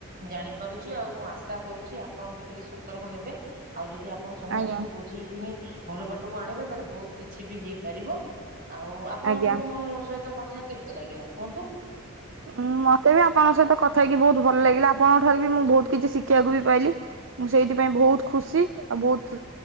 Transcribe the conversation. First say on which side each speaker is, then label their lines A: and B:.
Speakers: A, on the right (about 40°); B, on the right (about 60°).
A: ଜାଣିପାରୁଛି ଆଉ ମୁଁ ଆଶା କରୁଛି ଆପଣ ବି ଟିକେ ସତର୍କ ହେବେ। ଆଉ ଯଦି ଆପ ଆପଣ ସମସ୍ତଙ୍କୁ
B: ଆଜ୍ଞା
A: ବୁଝେଇକିଣି ଭଲ ବାଟକୁ ଆଣିବେ ତାହେଲେ ବହୁତ କିଛି ବି ହେଇପାରିବ। ଆଉ ଆପଣଙ୍କୁ
B: ଆଜ୍ଞା
A: ମୋ ସହିତ କଥା କେମିତି ଲାଗିଲା କୁହନ୍ତୁ?
B: ହୁଁ ମତେ ବି ଆପଣଙ୍କ ସହିତ କଥା ହେଇକି ବହୁତ ଭଲ ଲାଗିଲା ଆପଣଙ୍କ ଠାରୁ ବି ମୁଁ ବହୁତ କିଛି ଶିଖିବାକୁ ବି ପାଇଲି। ମୁଁ ସେଇଥିପାଇଁ ବହୁତ ଖୁସି ଆଉ ବହୁତ